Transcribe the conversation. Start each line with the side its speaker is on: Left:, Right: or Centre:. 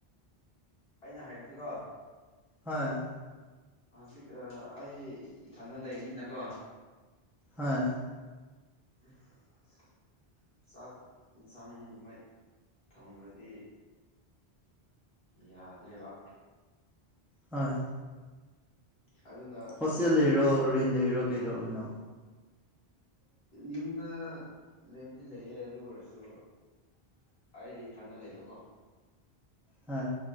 Left: ꯑꯩꯅ ꯍꯥꯏꯕꯗꯤꯀꯣ
Centre: ꯍꯥꯣꯏ
Left: ꯍꯧꯖꯤꯛ ꯑꯩ ꯏꯊꯟꯗ ꯂꯩꯕꯅꯤꯅꯀꯣ
Centre: ꯍꯥꯣꯏ
Left: <unintelligible> ꯆꯥꯛ ꯌꯦꯟꯁꯥꯡ ꯑꯗꯨꯃꯥꯏ ꯊꯣꯡꯅ꯭ꯔꯗꯤ ꯌꯥꯗ꯭ꯔꯦꯕ
Centre: ꯍꯣꯏ
Left: ꯑꯗꯨꯅ
Centre: ꯍꯣꯁꯇꯦꯜ ꯂꯩꯔꯣ
Left: ꯀꯩꯅꯣ
Centre: ꯔꯦꯟ ꯂꯩꯔꯣ ꯀꯩꯗꯧꯔꯣꯏꯅꯣ
Left: ꯌꯨꯝꯗ ꯂꯩꯕꯗꯤ ꯂꯩꯌꯦ ꯑꯗꯨ ꯑꯣꯏꯔꯁꯨ ꯑꯩ ꯊꯥꯅ ꯂꯩꯕꯀꯣ
Centre: ꯍꯥ